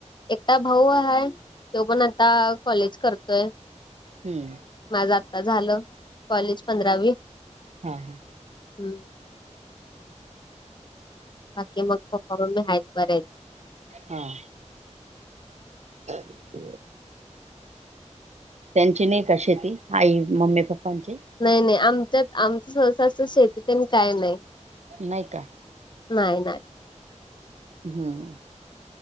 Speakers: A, on the left; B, on the right.
A: एकटा भाऊ हाय, तो पण आता कॉलेज करतोय.
B: हम्म.
A: माझं आत्ता झालं कॉलेज पंधरावी.
B: हां हां.
A: हम्. बाकी मग पप्पा मम्मी आहेत बरे.
B: हा. <inaudible> त्यांची नाही का शेती आई मम्मी पप्पांची.
A: नाही नाही आमच्यात आमच सहसा असं शेतीतेन काय नाही.
B: नाही का?
A: नाही नाही.
B: हम्.